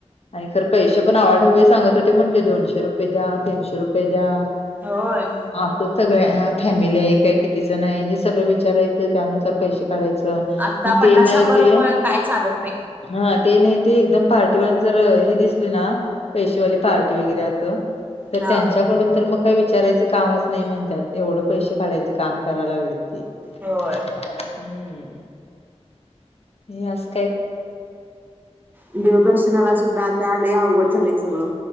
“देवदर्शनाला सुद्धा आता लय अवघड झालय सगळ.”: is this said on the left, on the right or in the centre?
Right